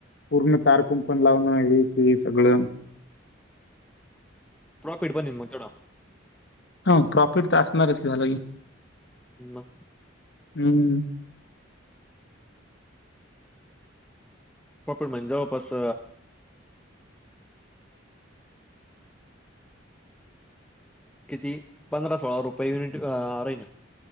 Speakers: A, on the left (about 60°); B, in the centre.
A: पूर्ण तारकुं पण लावणं आहे ते सगळं
B: प्रॉफिट बन मग तोड
A: हा प्रॉफिट तर असणारच झालं की
B: ह्
A: हम्
B: प्रॉपड म्हणजवळपास किती पंधरा सोळा रुपये युनिट राहील